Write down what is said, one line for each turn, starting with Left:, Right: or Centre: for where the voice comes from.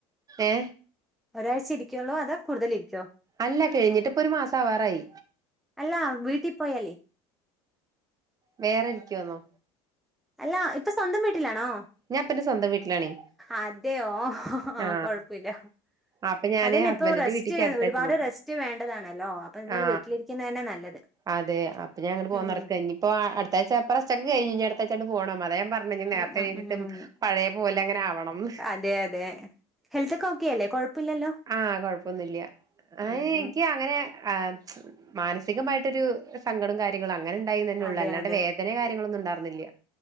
Right: ഏ
Centre: ഒരാഴ്ചിരി ക്യാള്ളോ അതോ കൂടുതലിരിക്കോ
Right: അല്ല കഴിഞ്ഞിട്ട് ഇപ്പൊ ഒരു മാസം ആവാറായി
Centre: അല്ല വീട്ടിപോയാലെ
Right: വേറെ ഇരിക്കൊന്നോ
Centre: അല്ല ഇപ്പൊ സ്വന്തം വീട്ടിലാണോ
Right: ഞാൻ ഇപ്പ എന്റെ സ്വന്തം വീട്ടിലാണേ
Centre: അതെയോ ഓഹ്ഹ്
Right: ആ
Centre: കൊഴപ്പില്ല
Right: അപ്പൊ ഞാന്
Centre: അതന്നെ
Right: ഹസ്ബൻഡിന്റെ
Centre: ഇപ്പൊ റെസ്റ്റ്
Right: വീട്ടിക്ക് അടുത്താഴ്ച
Centre: ഒരുപാട്
Right: പോവും
Centre: റെസ്റ്റ് വേണ്ടതാണല്ലോ അപ്പൊ ഇങ്ങൾ
Right: ആ
Centre: വീട്ടിലിരിക്കുന്നന്നെ നല്ലത്
Right: അതെ അപ്പ ഞാ അങ്ങട്ട് പോന്നടക്ക
Centre: ഉം
Right: ഇനിയിപ്പോ അട്ത്താഴ്ച്ച ഇപ്പ റസ്റ്റൊക്കെ കഴിഞ് ഇനി അടുതാഴ്ചങ്ങട്ട് പോണം അതാ ഞാൻ പറഞ് ഇനി നേർത്തെ
Centre: ഉം ഉം ഉം
Right: പഴയ പോലെ അങ്ങനെ ആവണംന്ന്
Centre: അതെ അതെ ഹെൽത്ത് ഒക്കെ ഓക്കെ അല്ലേ കൊഴപ്പില്ലല്ലോ
Right: ആഹ കൊഴപ്പൊന്നുല്ല അയ്
Centre: ഉം
Right: ഇൻക്ക് അങ്ങനെ ആ മ്ച്ചും മാനസികമായിട്ടൊരു സങ്കടം കാര്യങ്ങളും അങ്ങനെ ണ്ടായിന്നൊള്ളൂ
Centre: അതെ
Right: അല്ലാണ്ട്
Centre: അതെ
Right: വേദന കാര്യങ്ങളൊന്നുംണ്ടായിർന്നില്ല